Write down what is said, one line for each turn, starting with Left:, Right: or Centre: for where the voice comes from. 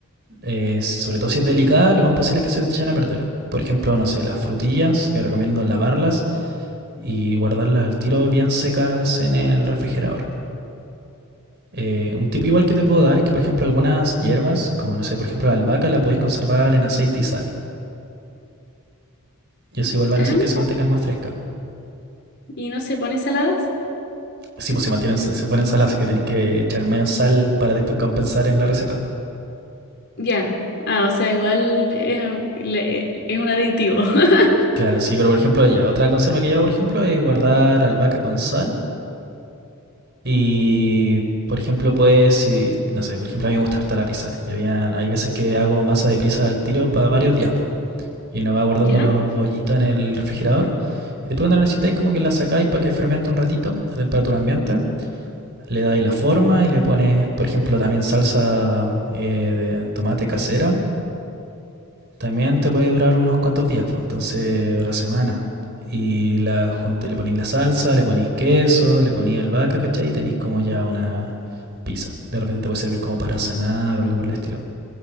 Right: eh, sobre todo si es delicada, lo más posible es que se te echen a perder. Por ejemplo, no sé, las frutillas, yo recomiendo lavarlas y guardarlas al tiro bien secas en el refrigerador. Eh, un tip igual que te puedo dar es que, por ejemplo, algunas hierbas, como no sé, por ejemplo la albahaca, la podéis conservar en aceite y sal. Y así vuelvan
Left: Ah,
Right: a hacer
Left: mira.
Right: que se mantengan más frescas.
Left: ¿Y no se pone saladas?
Right: Sí, pues se mantienen, se fueron en sal, así que tenéis que echar menos sal para después compensar en la receta.
Left: Ya. Ah, o sea, igual es, le- es un aditivo. <laughs>
Right: Claro, sí, pero por ejemplo, ya, otra conserva que yo hago, por ejemplo, es guardar albahaca con sal. Y, por ejemplo, pues, si, no sé, por ejemplo, a mí me gusta harta la pizza. Y había, hay veces que hago masa de pizza al tiro para varios días, po. Y uno va guardando
Left: ¿Ya?
Right: los bollitos en el refrigerador. Y después cuando lo necesitáis, como que la sacáis para que fermente un ratito a temperatura ambiente. Le dais la forma y le pones, por ejemplo, también salsa eh, de tomate casera. También te puede durar unos cuantos días, pues, entonces, o la semana. Y la, junta- le ponéis la salsa, le ponéis queso, le ponéis albahaca, ¿cachai? Y tenéis como ya una pizza. De repente te puede servir como para cenar o algo por el estilo.